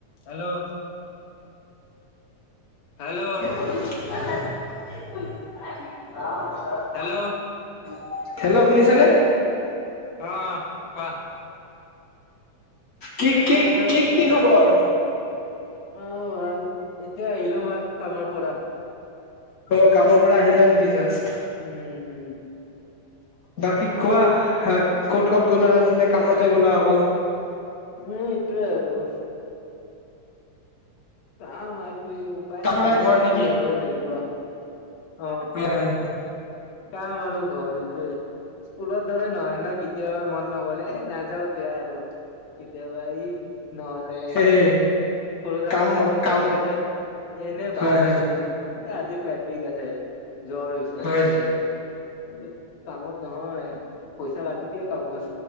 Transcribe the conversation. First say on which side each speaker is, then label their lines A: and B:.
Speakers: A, on the left; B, on the left.
A: Hello hello?
B: <unintelligible>
A: Hello অ
B: hello, শুনিছা নে?
A: অ, অ, কোৱা।
B: কি, কি,
A: তাৰপিছত
B: কি, কি, খবৰ?
A: আহ, ভাল, এতিয়া আহিলো মাৰ, কামৰ পৰা।
B: অ, কামৰ পৰা আহিলা নেকি? জাষ্ট।
A: উম, উম,
B: বাকী কোৱা, ক'ত, ক'ত, গ'লা আজি নে, কামতে গ'লা অকল।
A: উম, এইটোৱে আৰু। কাম আৰু এইও। ওপাই,
B: তাৰ
A: নাই
B: পৰাই
A: আৰু
B: ঘৰ
A: কামতটো
B: নেকি?
A: যাবই লাগিব। অ,
B: হয় হয় হয়
A: কাম আৰু ঘৰ এইটোয়ে। স্কুলৰ দৰে নহয় ন, কেতিয়াবা মন নগ'লে, এই নাযাওঁ। বিয়া আৰু কেতিয়াবা ই, নহ'লে
B: সেই
A: সৰু থাকো
B: কাম
A: তে, আমি
B: কাম
A: কৈছিলো যে। এনেই বাহানা
B: হয় হয়
A: দি দিওঁ, এই আজি ফেট বিষ আছে, জ্বৰ হৈছে
B: হয়।
A: নাযাওঁ। কিন্তু, কামত নহয়। পইচা কাটি দিয়ে কামত।